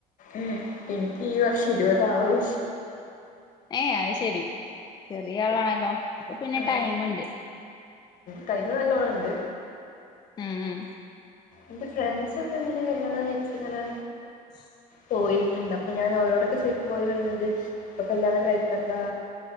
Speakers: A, on the left; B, on the left.
A: ഉം എനിക്ക് ഈ വർഷം ഇരുപതാവൂ
B: ഏഹ് അഹ്ശെരി ചെറിയ ആളാണല്ലോ അപ്പൊ പിന്നെ
A: ആഹ്
B: ടൈമ്ണ്ട്
A: ടൈമ് നല്ലോണണ്ട്
B: ഉം ഉം
A: ഇൻ്റെ ഫ്രണ്ട്സൊക്കെ ഇങ്ങനെ കല്യാണം കഴിച്ചിങ്ങനെ
B: <inaudible>
A: പോയിട്ടുണ്ട് അപ്പൊ ഞാൻ ഓരോടൊക്കെ ചോദിക്കുമ്പ ഓര് പറയുന്നത് ഇപ്പൊ കല്യാണം കഴിക്കണ്ടാ